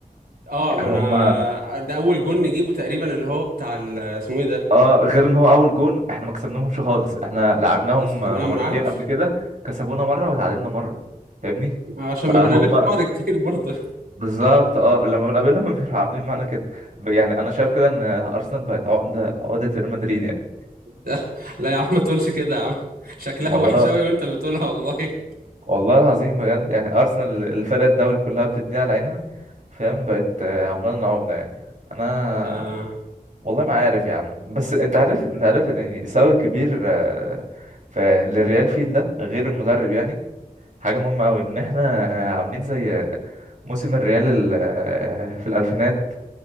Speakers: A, on the right; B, on the right.
A: اه
B: يعني
A: ما انا
B: هم
A: ده اول جون نجيبه تقريبا اللي هو بتاع ال- اسمه ايه ده
B: اه غير ان هو اول جون احنا ما كسبناهمش خالص احنا لعبناهم
A: اصلا اه ما
B: مرتين
A: انا عارف
B: قبل كده كسبونا مره وتعادلنا مره فاهمني
A: عشان
B: فهم
A: ما بنقابلش بعض كتير برضه
B: بالظبط اه لما بنقابلهم <laughs> بيبقوا عاملين معانا
A: <laughs>
B: كده ب- يعني انا شايف كده ان ارسنال بقت عقده عقده ريال مدريد يعني
A: لا لا يا عم ما تقولش كده يا عم شكلها
B: والله
A: وحش قوي وانت بتقولها والله
B: والله العظيم بجد يعني ارسنال الفرق الدوري كلها بتديها على عينها فاهم بقت آه، عامله لنا عقده يعني انا
A: اه
B: والله ما عارف يا عم بس انت عارف انت عارف يعني سبب كبير آه، ف- للريال فيل ده غير المدرب يعني حاجة مهمة أوي إن إحنا آه، عاملين زي آه، موسم الريال ال- آه، في الألفينات